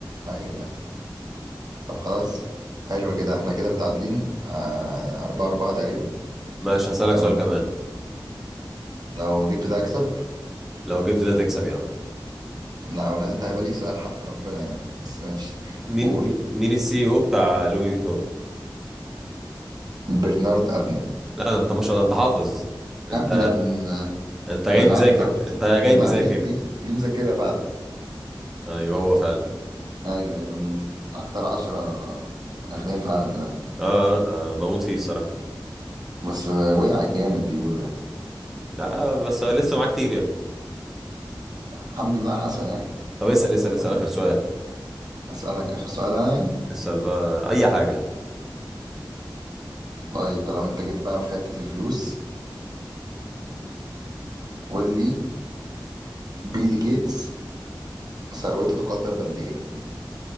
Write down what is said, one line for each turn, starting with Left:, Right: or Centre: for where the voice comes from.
Right: ايوه طب خلاص حلوه كده احنا كده متعادلين آه... أربعة أربعة تقريبا
Centre: ماشي هسألك
Right: لو
Centre: سؤال
Right: أنا...
Centre: كمان
Right: لو جبت ده اكسب
Centre: لو جبت ده تكسب يا عم
Right: لو لا انت هيبقى ليك سؤال حق ربنا يعني بس ماشي
Centre: مين
Right: قول
Centre: مي- مين السي او بتاع لوي فيتون
Right: برنارد ارنو
Centre: لا ده انت ما شاء الله انت حافظ انت
Right: يا ابني ده من
Centre: انت جاي
Right: من
Centre: مذاكر
Right: اكتر
Centre: انت جاي
Right: لا
Centre: مذاكر
Right: دي دي دي مذاكرها فعلا
Centre: ايوه هو فعلا
Right: ايوه أيوة، ده من اكتر عشرة اغنياء في العالم دلوقتي
Centre: اه انا بموت فيه الصراحه
Right: بس وقع جامد بيقولوا يعني
Centre: لا بس لسه معاه كتير يعني
Right: الحمد لله حسن يعني
Centre: طب اسأل اسأل اسأل
Right: خليني
Centre: اخر سؤال
Right: اسالك اخر سؤال انا
Centre: اسأل بقى اي حاجه
Right: طيب طالما انت جيت بقى في حتة الفلوس قول لي بيل جيتس ثروته تقدر بقد ايه